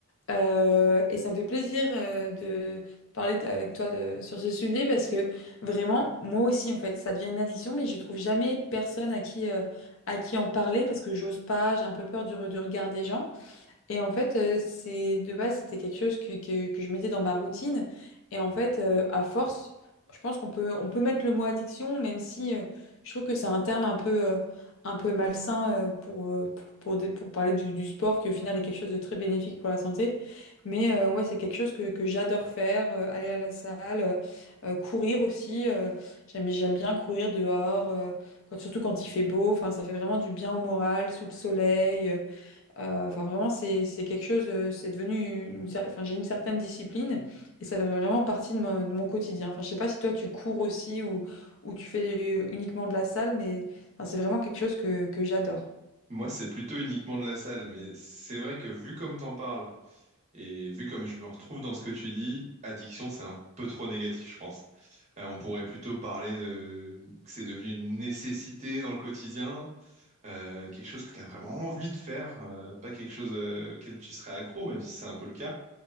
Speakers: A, on the left; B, on the right.
A: Euh, et ça me fait plaisir euh, de parler t- avec toi de- sur ce sujet parce que vraiment, moi aussi, en fait, ça devient une addiction, mais je trouve jamais personne à qui, euh, à qui en parler parce que j'ose pas, j'ai un peu peur du, re- du regard des gens. Et en fait, euh, c'est de base, c'était quelque chose que, que, que je mettais dans ma routine. Et en fait, euh, à force, je pense qu'on peut, on peut mettre le mot addiction, même si euh, je trouve que c'est un terme un peu, euh, un peu malsain euh, pour, euh, pour, pour, dé- pour parler du, du sport, qui au final est quelque chose de très bénéfique pour la santé. Mais euh, ouais, c'est quelque chose que, que j'adore faire, euh, aller à la salle, euh, euh, courir aussi. euh, j'aime, j'aime bien courir dehors, euh, quand- surtout quand il fait beau. Enfin, ça fait vraiment du bien au moral, sous le soleil. euh, euh, Enfin, vraiment, c'est c'est quelque chose, euh, c'est devenu une, cer- enfin, j'ai une certaine discipline et ça fait vraiment partie de mon, de mon quotidien. Enfin, je sais pas si toi tu cours aussi ou, ou tu fais uniquement de la salle, mais enfin, c'est vraiment quelque chose que, que j'adore.
B: Moi, c'est plutôt uniquement de la salle, mais c'est vrai que vu comme t'en parles et vu comme je me retrouve dans ce que tu dis, addiction, c'est un peu trop négatif, je pense. Euh, on pourrait plutôt parler de que c'est devenu une nécessité dans le quotidien euh, quelque chose que tu as vraiment envie de faire, euh, pas quelque chose euh, auquel tu serais accro, même si c'est un peu le cas,